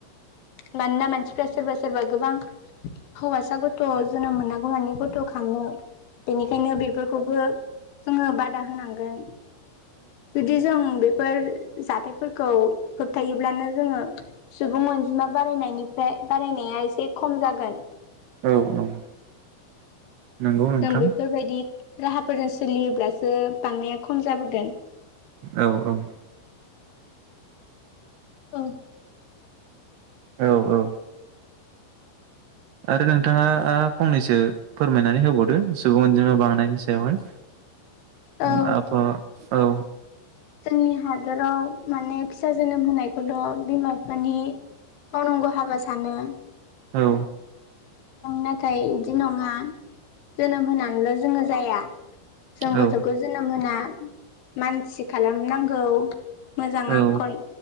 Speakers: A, on the left; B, on the right.
A: मानोना मानसिफ्रा सोरबा सोरबा गोबां हौवासा गथ' जोनोम मोनागौ होनानै गथ' खाङो, बेनिखायनो बेफोरखौबो, जोङो बादा होनांगोन जुदि जों बेफोर जाथायफोरखौ होबथायोब्लानो जोङो सुबुं अनजिमा बारायनायनिफ्राय बारायनाया एसे खम जागोन,
B: औ औ नंगौ नोंथां
A: जों बेफोरबायदि, राहाफोरजों सोलियोब्लासो बांनाया खम जाबोगोन,
B: औ
A: औ
B: औ आरो नोंथाङा आ फंनैसो फोरमायनानै होबावदो सुबुं अनजिमा बांनायनि सायावहाय,
A: औ
B: माबा औ
A: जोंनि हादराव माने फिसा जोनोम होनायखौल' बिमा बिफानि मावनांगौ हाबा सानो
B: औ
A: नाथाय इदि नङा जोनोम होनानैल' जोङो जाया जों
B: औ
A: गथ'खौ जोनोम होना मानसि खालामनांगौ मोजां आखल
B: औ